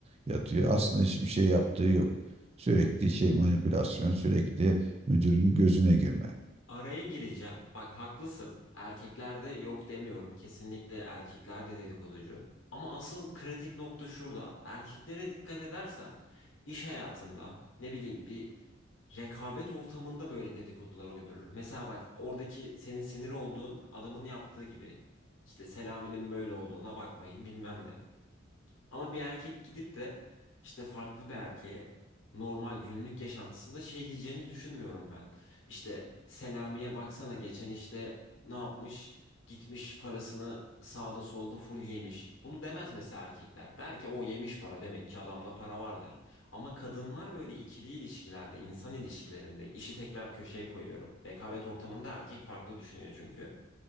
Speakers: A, on the right (about 30°); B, on the left (about 70°).
A: yatıyor. Aslında hiçbir şey yaptığı yok. Sürekli şey manipülasyon, sürekli müdürün gözüne girme.
B: Araya gireceğim. Bak haklısın. Erkeklerde yok demiyorum. Kesinlikle erkeklerde dedikoducu. Ama asıl kritik nokta şurada. Erkeklere dikkat edersen iş hayatında ne bileyim bir rekabet ortamında böyle dedikodular uydurur. Mesela bak oradaki senin sinir olduğun adamın yaptığı gibi. İşte Selami'nin böyle olduğuna bakmayın bilmem ne. Ama bir erkek gidip de işte farklı bir erkeğe normal günlük yaşantısında şey diyeceğini düşünmüyorum ben. İşte Selami'ye baksana geçen işte ne yapmış? Gitmiş parasını sağda solda full yemiş. Bunu demez mesela erkekler. Der ki o yemiş para demek ki adamda para var der. Ama kadınlar böyle ikili ilişkilerde, insan ilişkilerinde işi tekrar köşeye koyuyorum. Rekabet ortamında erkek farklı düşünüyor çünkü.